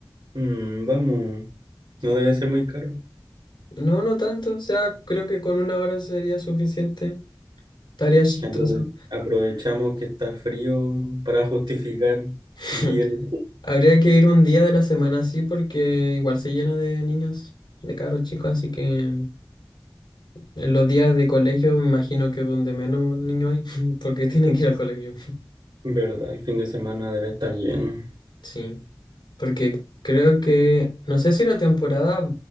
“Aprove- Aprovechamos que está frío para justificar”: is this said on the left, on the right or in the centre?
Right